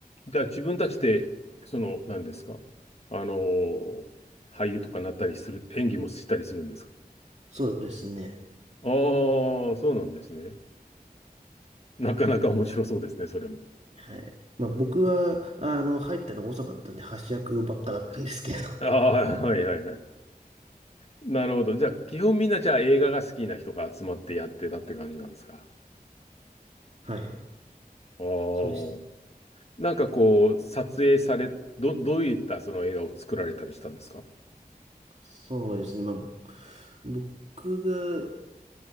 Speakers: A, on the left; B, on the right.
A: じゃあ自分たちで、その、何ですかあのー俳優とかなったりする、演技もしたりするんですか
B: そうですね。
A: ああー、そうなんですね。なかなか面白そうですね、それも。
B: はい。まあ、僕は、あの、入ったのが遅かったんで、発射ばっかだったんですけど、
A: ああ、はいはいはい。なるほど。じゃあ、基本みんなじゃあ映画が好きな人が集まってやってたって感じなんですか。
B: <laughs> はい。
A: ああ。
B: そうでしたね。
A: なんかこう、撮影され、ど、どういったその映画を作られたりしたんですか
B: そうですね。まあ、僕が